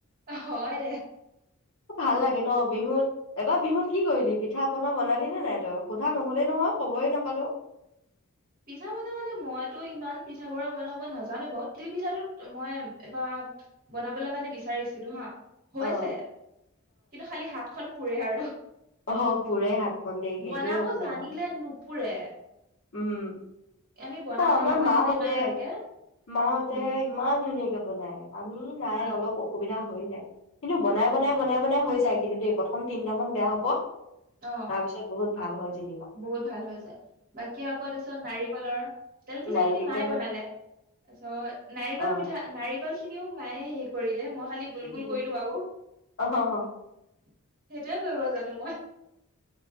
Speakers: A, on the right; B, on the left.
A: হয় দে
B: ভাল লাগে ন বিহুত এইবাৰ বিহুত কি কৰিলি পিঠা পনা বনালি নে নাই তই সোধা নহলেই নহয় খবৰে নাপালো।
A: পিঠা পনা মানে মইতো ইমান পিঠ পনা বনাব নাজানো বাৰু তিল পিঠাটোত মই এবাৰ বনাবলৈ কাৰণে বিচাৰিছিলো হা হৈছে
B: অ
A: কিন্তু খালি হাতখন পুৰে আৰু
B: অ পোৰে হাতখন দেই সেইটোৱে
A: বনাব
B: অসুবিধা
A: জানিলে নুপুৰে
B: উম
A: আমি বনাব
B: অ আমাৰ
A: নাজানো
B: মাহঁতে
A: যে ইমান ভালকে
B: মাহঁতে
A: উম
B: ইমান ধুনীয়াকে বনায়। আমি নাই
A: উম
B: অলপ অসুবিধা হৈ যায়। কিন্তু বনাই
A: উম
B: বনাই বনাই বনাই হৈ যায়। কিন্তু দেই প্ৰথম তিনিটা মান বেয়া হ'ব। কত
A: অ
B: তাৰ পিছত বহুত ভাল হয় জেনি।
A: বহুত ভাল হৈ যায় বাকী আকৌ তাৰপিছত নাৰিকলৰ তেল পিঠা
B: নাৰিকলৰ
A: খিনি মায়ে বনালে তাৰপিছত নাৰিকল
B: অ
A: পিঠা নাৰি কল খিনিও মায়ে হেৰি কৰিলে মই খালি গোল গোল
B: উম
A: কৰিলো আৰু সেইটোয়ে
B: অহ হ
A: কৰিব জানো মই